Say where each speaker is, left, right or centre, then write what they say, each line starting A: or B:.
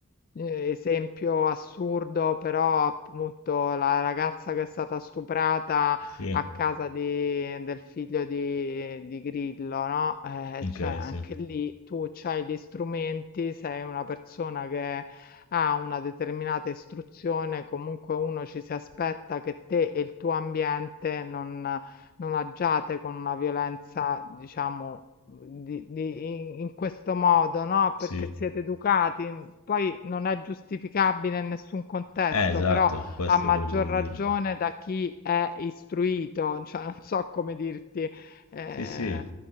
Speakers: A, on the left (about 40°); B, on the left (about 70°).
A: Ehm, esempio assurdo, però appunto la ragazza che è stata stuprata
B: sì,
A: a casa di del figlio di di Grillo, no, eh,
B: ok,
A: cioè anche
B: sì,
A: lì tu c'hai gli strumenti, sei una persona che ha una determinata istruzione, comunque uno ci si aspetta che te e il tuo ambiente non non agiate con una violenza, diciamo, di- di- in in questo modo, no?
B: sì.
A: Perché siete educati. m, Poi non è giustificabile in nessun contesto,
B: Eh, esatto,
A: però
B: questo
A: a maggior
B: è quello che volevo
A: ragione
B: dire.
A: da chi è istruito, <laughs> cioè non so come dirti. eh,
B: Sì, sì.